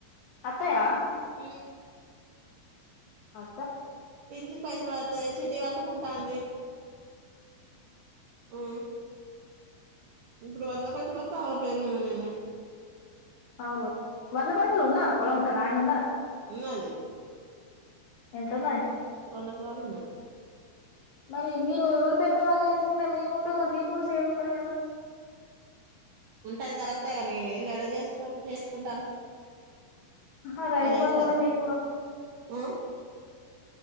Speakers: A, on the left; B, on the right.
A: అత్తయ్య
B: ఉ
A: అ
B: పింఛన్ పైసలు పడతాయి చిట్టి కట్టుకుంటాంది ఆ ఇప్పుడు వడ్ల పైసలు వత్తే వాళ్ళ పేరు మీద నినే
A: అవును వడ్ల పైసలు ఉన్నదా పొలం ఉన్నదా ల్యాండ్
B: ఉన్నది
A: ఎంతన్నవి
B: పండకరాలు ఉన్నాయి
A: మరి మీరు ఎవరి పేరుమ వాళ్ళు వయించుకుంటే మీకుంటూ మీకు కూడా సేఫ్ ఉంటది కదా
B: ఉంటది కరెక్టే ఏలూ ఏడ చేస్తరు చేసుకుంట
A: ఆహా రైతు
B: అలాంటి
A: బంధు
B: కదు
A: కూడా మీకు కూడా
B: ఉ